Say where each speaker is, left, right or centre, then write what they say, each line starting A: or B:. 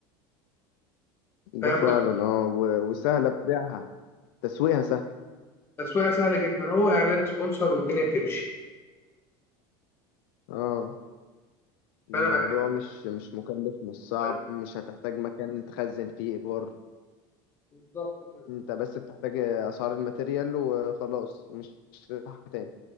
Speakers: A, on the left; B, on the left.
A: فاهم
B: ده فعلا
A: قصدي
B: اه و- وسهلة في بيعها تسويقها سهل
A: التسويق سهل جدا هو اعلان سبونسر والدنيا بتمشي
B: اه الموضوع
A: فانا عجبتني
B: مش مش مكلف مش صعب
A: الأونلاين.
B: مش هتحتاج مكان تخزن فيه ايجار
A: بالظبط كده
B: انت بس بتحتاج اسعار الماتيريال وخلاص ومش هتدفع حاجة تاني